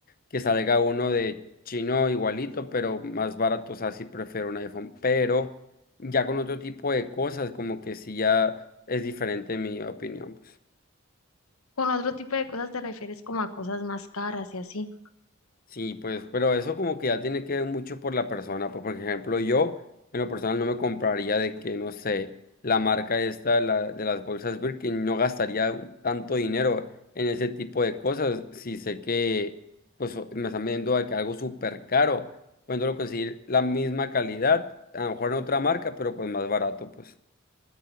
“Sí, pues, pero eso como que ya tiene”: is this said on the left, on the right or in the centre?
Left